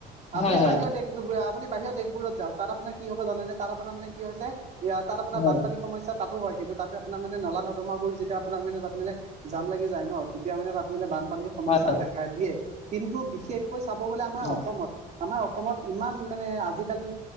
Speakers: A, on the right (about 40°); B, on the left (about 40°).
A: আপুনি
B: হয় হয়
A: বাহিৰত দেশবোৰত আপুনি বাহিৰ দেশবোৰত যাও তাত আপুনি বাহিৰৰ দেশবোৰত যাওক, আপোনাৰ কি হ'ব জানেনে তাত আপোনাৰ মানে কি হৈছে এ তাত আপোনাৰ
B: হয়
A: বানীৰ সমস্যাত তাতো হয়। কিন্তু তাতে আপোনাৰ মানে নলা নদমা বোৰ যেতিয়া আপোনাৰ মানে তাত মানে জাম লাগি যায় ন তেতিয়া মানে তাত মানে বানপানীৰ সমস্যা
B: হয়
A: দেখা দিয়ে, কিন্তু বিশেষকৈ চাব গ'লে আমাৰ
B: হয় হয়
A: অসমত আমাৰ অসমত ইমান মানে আজিকালি